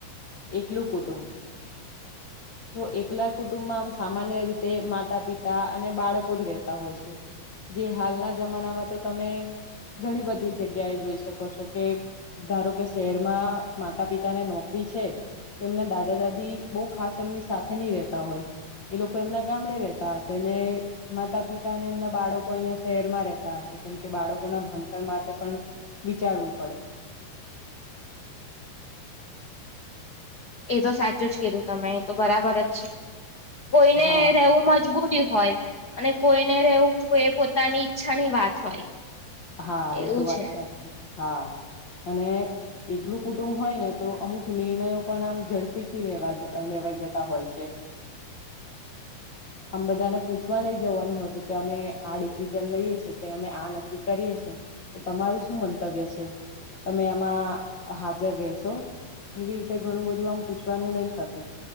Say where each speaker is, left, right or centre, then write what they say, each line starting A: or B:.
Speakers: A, on the left (about 40°); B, on the left (about 80°).
A: એકલું કુટું. તો એકલા જ કુટુંબમાં આમ સામાન્ય રીતે માતા પિતા અને બાળકો જ રહેતા હોય છે. જે હાલના જમાનામાં તો તમે ઘણી બધી જગ્યા એ જોઈ શકો છો. કે ધારો કે શહેરમાં માતા પિતાને નોકરી છે. તો એમના દાદા- દાદી બહેન ખાસ એમની સાથે ની રેતા હોય. એ લોકો એમના ગામડે રેતા હશે. ને માતા-પિતા અને એમના બાળકો અહીયાં શહેરમાં રેતા હશે. કેમ કે બાળકોના ભણતર માટે પણ વિચારવું પડે. <inaudible>
B: એ તો સાચું જ કીધું તમે એ તો બરાબર જ છે. કોઈને
A: હા
B: રહેવું મજબૂર હોય અને કોઈને રહેવું એ પોતાની ઈચ્છાની વાત હોય.
A: હા,
B: એવું
A: એ તો વાત
B: છે.
A: સાચી હા અને એકલું કુટુંબ હોય ને તો અમુક નિર્ણયો પણ આમ ઝડપીથી લેવા લેવાઈ જતા હોય છે. <unintelligible> આમ બધાને પૂછવા નહી જવાનું હતું કે અમે આ ડિસિઝન લઈએ છીએ, કે અમે આ નક્કી કરીએ છે. તો તમારું શું મંતવ્ય છે? તમે આમાં હાજર રહેશો? એવી રીતે ઘણું બધું આમ પૂછવાનું નહી થતું.